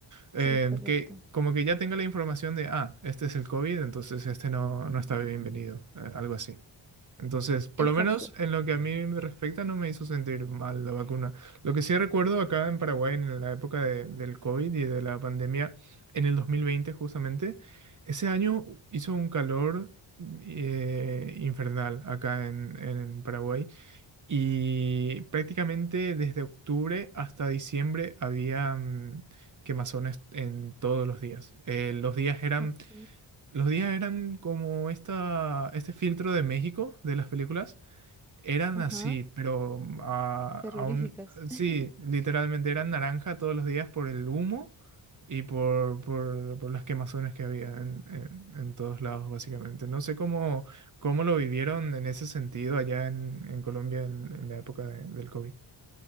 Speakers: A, on the right; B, in the centre.
A: eh,
B: Sí, correcto.
A: que como que ya tenga la información de, ah, este es el COVID, entonces este no, no está bienvenido, eh, algo así. Entonces, por
B: Exacto.
A: lo menos en lo que a mí me respecta, no me hizo sentir mal la vacuna. Lo que sí recuerdo acá en Paraguay, en la época de- del COVID y de la pandemia, en el 2020 justamente, ese año hizo un calor eh, infernal acá en, en Paraguay y prácticamente desde octubre hasta diciembre había mm, quemazones en todos los días. Eh, los días eran...
B: Ok.
A: Los días eran como esta, este filtro de México de las películas, eran
B: Ajá.
A: así, pero ah,
B: Terroríficas.
A: aún, sí,
B: <laughs>
A: literalmente eran naranja todos los días por el humo y por, por, por las quemazones que había en, en- en todos lados, básicamente. No sé cómo, cómo lo vivieron en ese sentido allá en, en Colombia en, en la época de- del COVID.